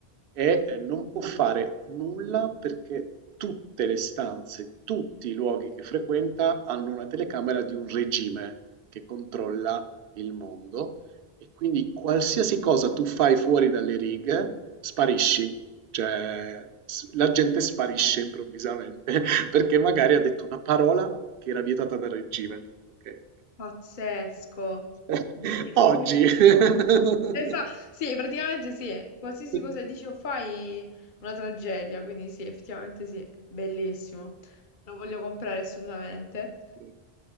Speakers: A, on the right; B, on the left.
A: e eh, non può fare nulla perché tutte le stanze, tutti i luoghi che frequenta hanno una telecamera di un regime che controlla il mondo e quindi qualsiasi cosa tu fai fuori dalle righe sparisci, cioè s- la gente sparisce improvvisamente <laughs> perché magari ha detto una parola che era vietata dal regime. Ok.
B: Pazzesco.
A: <laughs>
B: Bellissimo.
A: Oggi. <laughs>
B: Esatto, sì, praticamente sì. Qualsiasi
A: Sì,
B: cosa dici o fai, una tragedia. Quindi sì, effettivamente sì, bellissimo. Lo voglio comprare assolutamente.
A: sì,